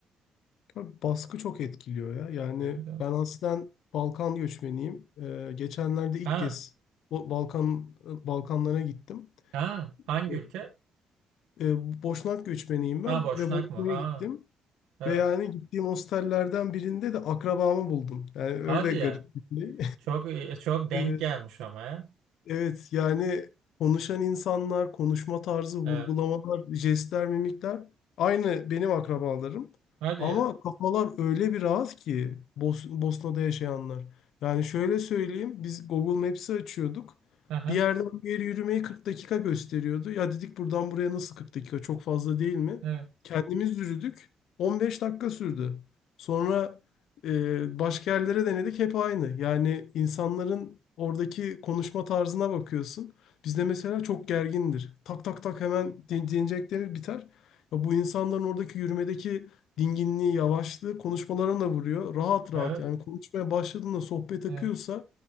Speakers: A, on the left; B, on the right.
A: Tabii baskı çok etkiliyor ya. Yani
B: Evet, evet.
A: ben aslen Balkan göçmeniyim. Ee, geçenlerde ilk
B: Ha,
A: kez Bo- Balkan Balkanlara gittim.
B: ha, hangi
A: E,
B: ülke?
A: e, Boşnak göçmeniyim ben
B: Ha Boşnak
A: ve Bosna'ya
B: mı? Ha,
A: gittim.
B: evet.
A: Ve yani gittiğim hostellerden birinde de akrabamı buldum. Yani öyle
B: Hadi ya.
A: garip bir şey.
B: Çok e, çok denk
A: <laughs>
B: gelmiş ama ya.
A: Evet yani konuşan insanlar, konuşma tarzı, vurgulamalar,
B: Evet.
A: jestler, mimikler aynı benim akrabalarım.
B: Hadi
A: Ama
B: ya.
A: kafalar öyle bir rahat ki Bos Bosna'da yaşayanlar. Yani şöyle söyleyeyim biz Google Maps'i açıyorduk.
B: Aha.
A: Bir yerden bir yere yürümeyi 40 dakika gösteriyordu. Ya dedik buradan buraya nasıl 40 dakika çok fazla değil mi?
B: Evet.
A: Kendimiz yürüdük 15 dakika sürdü. Sonra ee, başka yerlere denedik hep aynı. Yani insanların oradaki konuşma tarzına bakıyorsun. Bizde mesela çok gergindir. Tak tak tak hemen din- dinleyecekleri biter. Ya bu insanların oradaki yürümedeki dinginliği, yavaşlığı konuşmalarına da vuruyor. Rahat
B: Evet.
A: rahat yani konuşmaya başladığında sohbet akıyorsa
B: Evet.